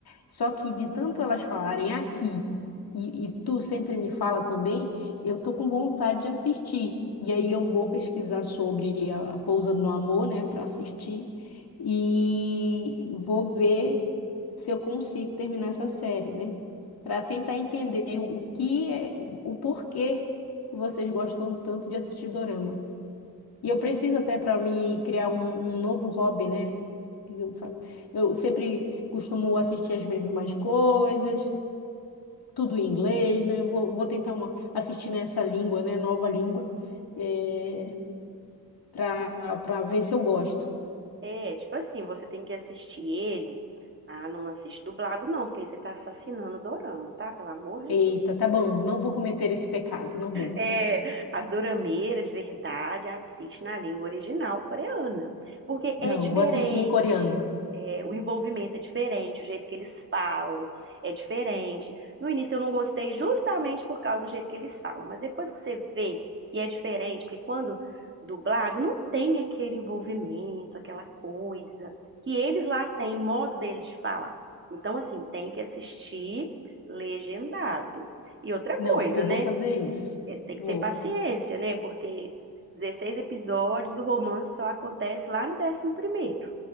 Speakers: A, on the left; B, on the right.
A: Só que de tanto elas falarem aqui, e, e tu sempre me fala também, eu tô com vontade de assistir. E aí eu vou pesquisar sobre a, a Pousa no Amor, né, para assistir. E vou ver se eu consigo terminar essa série, né? Para tentar entender o que é, o porquê que vocês gostam tanto de assistir dorama. E eu
B: Pois
A: preciso até para me criar um, um novo hobby, né? E Eu, fa- eu sempre costumo assistir as mesmas coisas, tudo em inglês, né? Vou, vou tentar uma, assistir nessa língua, né? Nova língua, é, para para ver se eu gosto.
B: é, tipo assim, você tem que assistir ele. Ah, não assiste dublado, não, porque aí você tá assassinando o dorama, tá? Pelo amor de
A: Eita,
B: Deus.
A: tá bom, não vou cometer esse pecado, não vou.
B: É, as dorameiras de verdade assiste na língua original coreana, porque é
A: Não,
B: diferente,
A: vou assistir em coreano.
B: é, o envolvimento é diferente, o jeito que eles falam é diferente. No início eu não gostei justamente por causa do jeito que eles falam, mas depois que você vê que é diferente, porque quando dublado não tem aquele envolvimento, aquela coisa que eles lá têm, o modo deles de falar. Então, assim, tem que assistir legendado. E outra
A: Não,
B: coisa,
A: eu
B: né?
A: vou fazer isso.
B: é, tem que
A: Vou.
B: ter paciência, né? Porque 16 episódios, o romance só acontece lá no décimo primeiro.